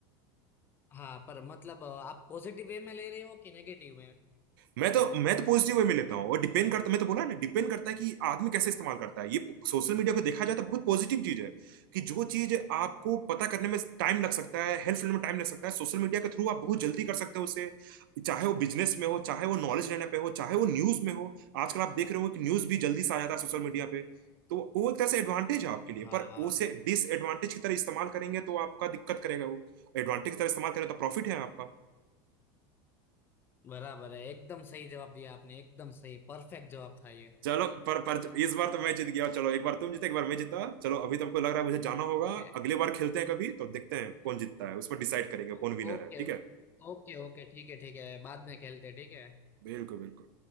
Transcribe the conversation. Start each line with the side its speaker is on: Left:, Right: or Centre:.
Left: हाँ पर मतलब uh, आप पॉजिटिव वे में ले रहे हो कि नेगेटिव में
Right: मैं तो मैं तो पॉजिटिव वे में लेता हूँ और डिपेंड करता मैं तो बोला ना डिपेंड करता है कि आदमी कैसे इस्तेमाल करता है ये सोशल मीडिया को देखा जाए तो बहुत पॉजिटिव चीज है कि जो चीज आपको पता करने में टाइम लग सकता है हेल्थ फील्ड में टाइम लग सकता है सोशल मीडिया के थ्रू आप बहुत जल्दी कर सकते हो उसे चाहे वो बिजनेस में हो चाहे वो नॉलेज लेने पे हो चाहे वो न्यूज में हो आजकल आप देख रहे हो कि न्यूज भी जल्दी से आ जाता है सोशल मीडिया पे तो वो एक तरह से एडवांटेज है आपके लिए
Left: हाँ
Right: पर उसे डिसएडवांटेज की तरह इस्तेमाल करेंगे तो आपका दिक्कत करेगा वो एडवांटेज की तरह इस्तेमाल करें तो प्रॉफिट है आपका
Left: बराबर है एकदम सही जवाब दिया आपने एकदम सही परफेक्ट जवाब था ये
Right: चलो पर पर इस बार तो मैं जीत गया चलो एक बार तुम जीते एक बार मैं जीता चलो अभी तो आपको लग रहा है मुझे जाना होगा
Left: ओके
Right: अगली बार खेलते हैं कभी तो देखते हैं कौन जीतता है उस पर डिसाइड करेंगे
Left: ओके
Right: कौन विनर है ठीक है
Left: ओके ओके ठीक है ठीक है बाद में खेलते हैं, ठीक है
Right: बिल्कुल बिल्कुल